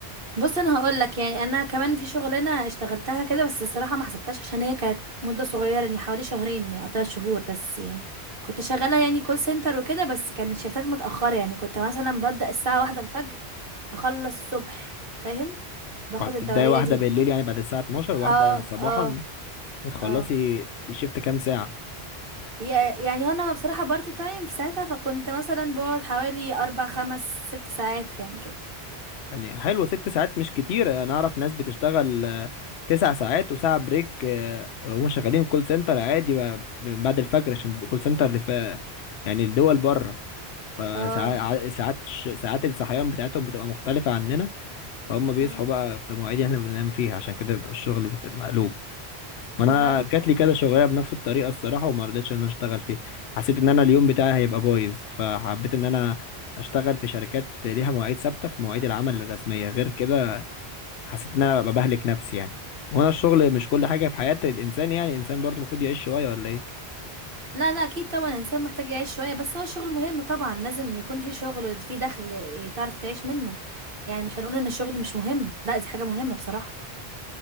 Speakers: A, on the right (about 55°); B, on the left (about 75°).
A: بص انا هقول لك يعني انا كمان في شغلانه اشتغلتها كده بس الصراحه ما حسبتهاش عشان هي كانت مده صغيره يعني حوالي شهرين يعني او ثلاث شهور بس يعني كنت شغاله يعني كول سنتر وكده بس كان الشيفتات متاخره يعني كنت مثلا ببدا الساعه واحدة الفجر اخلص الصبح فاهم باخد
B: وهتبداي
A: الدوريه
B: واحده
A: دي
B: بالليل يعني بعد الساعه 12 واحده
A: اه
B: صباحا
A: اه
B: وتخلصي
A: اه
B: شيفت كام ساعه
A: يا- يعني انا بصراحه بارت تايم في ساعتها فكنت مثلا بقعد حوالي اربع خمس ست ساعات يعني كده
B: يعني حلوة ست ساعات مش كتير انا اعرف ناس بتشتغل آه، تسع ساعات وساعة بريك آه، وهم شغالين كول سنتر عادي بقى من بعد الفجر عشان بيبقوا كول سنتر اللي في يعني الدول بره فساعات
A: اه
B: ساعات الش- ساعات الصحيان بتاعتهم بتبقى مختلفة عننا فهم بيصحوا
A: اه
B: بقى في مواعيد يعني احنا بننام فيها عشان كده بيبقى الشغل بت- مقلوب ما
A: فهمت
B: انا جات لي كذا شغلانه بنفس الطريقه الصراحه وما رضيتش ان انا اشتغل فيها حسيت ان انا اليوم بتاعي هيبقى بايظ فحبيت ان انا اشتغل في شركات ليها مواعيد ثابته في مواعيد العمل الرسميه غير كده حسيت ان انا ببقى بهلك نفسي يعني وانا الشغل مش كل حاجه في حياه الانسان يعني الانسان برضو المفروض يعيش شويه ولا ايه
A: لا لا اكيد طبعا الانسان محتاج يعيش شويه بس هو الشغل مهم طبعا لازم يكون في شغل في دخل إيه، تعرف تعيش منه يعني مش هنقول ان الشغل مش مهم لا دي حاجه مهمه بصراحه